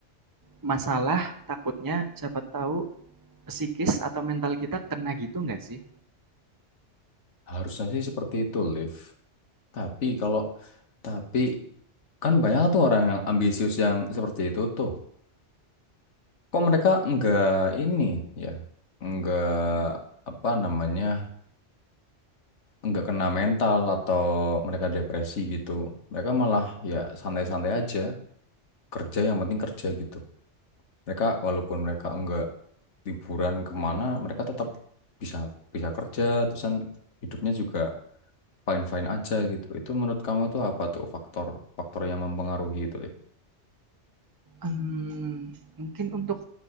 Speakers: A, on the right; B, on the left.
A: masalah takutnya siapa tahu psikis atau mental kita kena gitu nggak sih?
B: Harusnya sih seperti itu, Liv. Tapi kalau tapi kan banyak tuh orang yang ambisius yang seperti itu tuh. Kok mereka nggak ini ya? Nggak apa namanya nggak kena mental atau mereka depresi gitu. Mereka malah ya santai-santai aja, kerja yang penting kerja gitu. Mereka walaupun mereka nggak liburan kemana, mereka tetap bisa bisa kerja, terus kan hidupnya juga fine-fine aja gitu. Itu menurut kamu itu apa tuh faktor faktor yang mempengaruhi itu, Liv?
A: Em, mungkin untuk